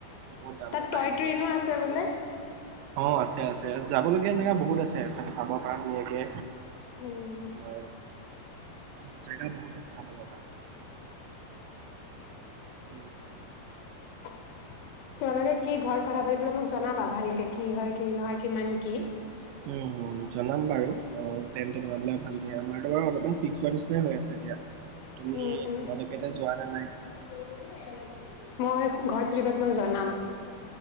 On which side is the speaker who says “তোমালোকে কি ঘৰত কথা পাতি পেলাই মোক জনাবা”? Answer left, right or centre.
Left